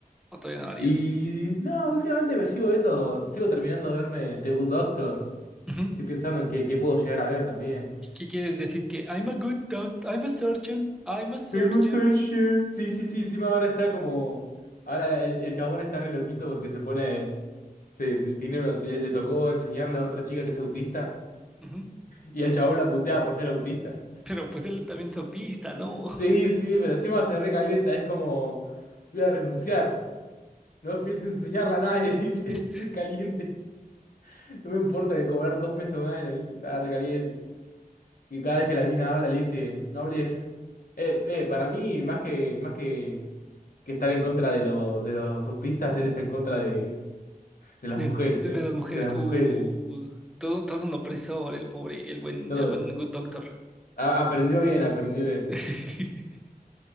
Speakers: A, in the centre; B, on the left.
A: ¿O todavía no, Ariel?
B: Y no, últimamente me sigo viendo, sigo terminando de verme The Good Doctor.
A: Ujú.
B: Estoy pensando en qué, qué puedo llegar a ver también.
A: ¿Qué quieres decir? Que I'm a good doctor, I'm a surgeon, I'm a surgeon.
B: Hemos hecho shit. Sí, sí, sí, encima ahora está como. Ahora el, el chabón está re loquito porque se pone. Se, se- tiene, una- tie- le tocó enseñarle a otra chica que es autista.
A: Ujú.
B: Y el chabón la putea por ser autista.
A: Pero pues él también es autista, ¿no?
B: Sí, sí, pero encima se recalienta. Es como. Voy a renunciar. No pienso enseñarla a nadie. <laughs> Dice,
A: <laughs>
B: recaliente. No me importa de cobrar dos pesos a nadie. Dice, está recaliente. Y cada vez que la mina habla, le dice, no hables. Eh, eh, para mí, más que, más que. que estar en contra de, lo- de los autistas, él está en contra de, de las
A: De,
B: mujeres,
A: de
B: ¿eh?
A: las mujeres.
B: De las mujeres.
A: Uh, todo, todo un opresor, el pobre, el buen,
B: Todo.
A: el buen good doctor.
B: A- aprendió bien, aprendió bien.
A: <laughs>